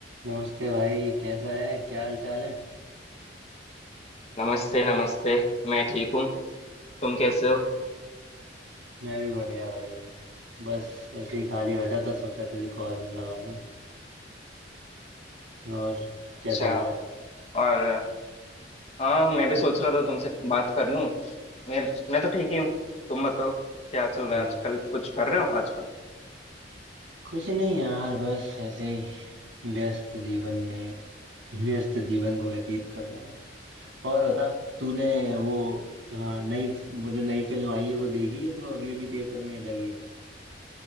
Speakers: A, on the right; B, on the left.
A: नमस्ते भाई कैसा है क्या हाल चाल है
B: नमस्ते नमस्ते मैं ठीक हूँ तुम कैसे हो
A: मैं भी बढ़िया भाई बस ऐसे ही खाली बैठा था सोचा तुझे कॉल लगा लूं और
B: अच्छा
A: क्या चल रहा है
B: और हाँ मैं भी सोच रहा था तुमसे बात कर लूँ मैं मैं तो ठीक ही हूँ तुम बताओ क्या चल रहा
A: हाँ
B: है आजकल कुछ कर रहे हो आजकल
A: कुछ नहीं यार बस ऐसे ही व्यस्त जीवन में व्यस्त जीवन को व्यतीत कर रहा हूँ और बता तूने वो हाँ नई वो जो नई फिल्म आई है वो देखी है जो अभी अभी थिएटर में लगी है